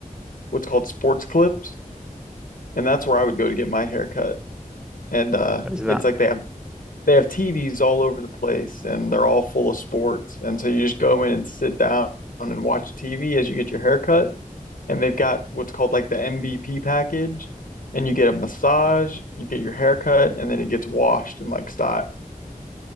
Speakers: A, on the left (about 80°); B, in the centre.
A: what's called sports clips, and that's where I would go to get my haircut. And uh
B: It was that.
A: it's like they have they have TVs all over the place and they're all full of sports. And so you just go in and sit down and watch TV as you get your haircut. And they've got what's called like the MVP package, and you get a massage, you get your haircut, and then it gets washed and like styled.